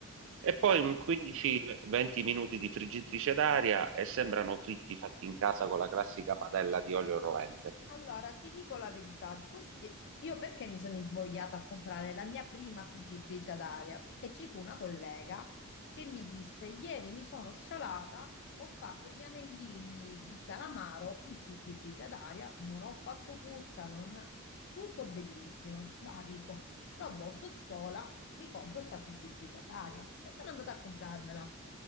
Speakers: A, on the right; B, on the left.
A: e poi
B: Eh.
A: un 15-20 minuti di friggitrice d'aria e sembrano fritti fatti in casa con la classica padella di olio rovente.
B: Allora, ti dico la verità, di questi... io perché mi sono invogliata a comprare la mia prima friggitrice ad aria? Perché ci fu una collega che mi disse, ieri mi sono scialata, ho fatto gli anellini di calamaro in friggitrice ad aria, non ho fatto puzza, non... tutto bellissimo. Ma dico, no, boh, sto sola, mi compro sta friggitrice ad aria. E sono andata a comprarmela.